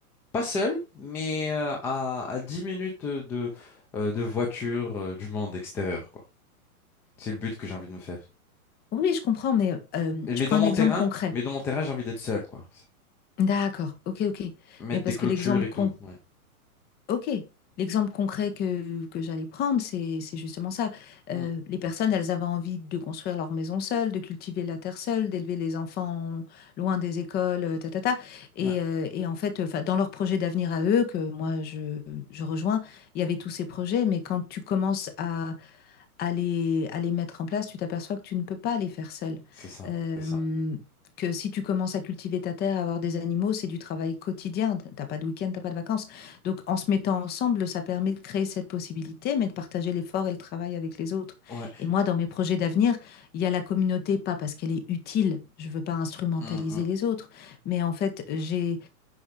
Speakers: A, in the centre; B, on the left.
A: pas seul, mais euh, à, à 10 minutes de, euh, de voiture euh, du monde extérieur, quoi. C'est le but que j'ai envie de me faire.
B: Oui, je comprends, mais euh,
A: Et- Mais
B: je prends
A: dans
B: un
A: mon
B: exemple
A: terrain,
B: concret.
A: mais dans mon terrain, j'ai envie d'être seul, quoi.
B: D'accord, ok, ok.
A: Mettre
B: Mais parce
A: des clôtures
B: que l'exemple
A: et
B: con.
A: tout. Ouais.
B: Ok, l'exemple concret que, que j'allais prendre, c'est c'est justement ça. Euh,
A: Mm.
B: les personnes, elles avaient envie de construire leur maison seule, de cultiver la terre seule, d'élever les enfants loin des écoles, euh, ta, ta, ta. Et,
A: Ouais,
B: euh, et en fait, enfin, dans leur projet d'avenir à eux, que moi je, je rejoins, il y avait tous ces projets, mais quand tu commences à à les, à les mettre en place, tu t'aperçois que tu ne peux pas les faire seul.
A: c'est ça,
B: Euh,
A: c'est ça.
B: que si tu commences à cultiver ta terre, à avoir des animaux, c'est du travail quotidien. T'as pas de week-end, t'as pas de vacances. Donc, en se mettant ensemble, ça permet de créer cette possibilité, mais de partager l'effort et le travail avec les autres.
A: Ouais.
B: Et moi, dans mes projets d'avenir, il y a la communauté, pas parce qu'elle est utile, je ne veux pas instrumentaliser
A: Hum, hum.
B: les autres, mais en fait, j'ai,